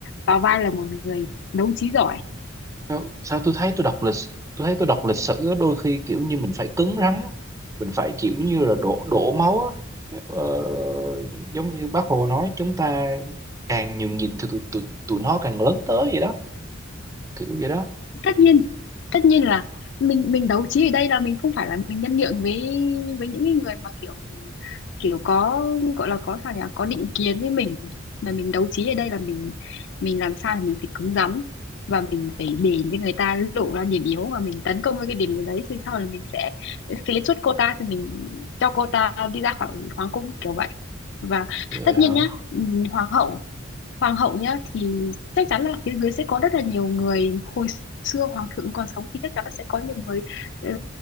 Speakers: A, on the left (about 60°); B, on the right (about 15°).
A: vào vai là một người đấu trí giỏi
B: Đâu, sao tôi thấy tôi đọc lịch tôi thấy tôi đọc lịch sử á, đôi khi kiểu như mình phải cứng rắn á. mình phải kiểu như là đổ đổ máu á. ờ, giống như bác Hồ nói chúng ta càng nhường nhịn thì tụi, tụi, tụi nó càng lớn tới vậy đó kiểu vậy đó
A: tất nhiên tất nhiên là mình mình đấu trí ở đây là mình không phải là mình nhân nhượng với với những cái người mà kiểu kiểu có gọi là có sao nhỉ có định kiến với mình mà mình đấu trí ở đây là mình mình làm sao là mình phải cứng rắn và mình phải để cho người ta lộ ra điểm yếu và mình tấn công với cái điểm yếu đấy thì sau là mình sẽ phế truất cô ta thì mình cho cô ta đi ra khỏi hoàng cung kiểu vậy và
B: Vậy
A: tất
B: hả?
A: nhiên nhá ừ, hoàng hậu hoàng hậu nhá thì chắc chắn là phía dưới sẽ có rất là nhiều người hồi xưa hoàng thượng còn sống thì chắc chắn là sẽ có nhiều người ờ,